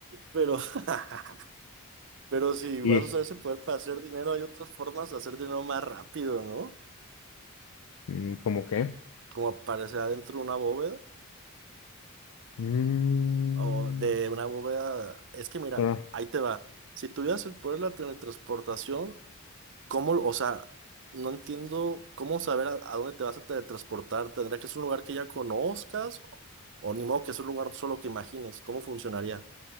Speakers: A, on the right (about 55°); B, on the left (about 70°).
A: pero, <laughs> pero si vas
B: ¿Y
A: a usar ese poder para hacer dinero, hay otras formas de hacer dinero más rápido, ¿no?
B: mm, cómo qué?
A: Como aparecer adentro de una bóveda
B: Mm,
A: o de una bóveda. Es que mira,
B: bueno,
A: ahí te va. Si tuvieras el poder de la teletransportación, ¿Cómo, o sea, no entiendo cómo saber a, a dónde te vas a teletransportar? ¿Tendría que ser un lugar que ya conozcas? ¿O, o ni modo que es un lugar solo que imagines? ¿Cómo funcionaría?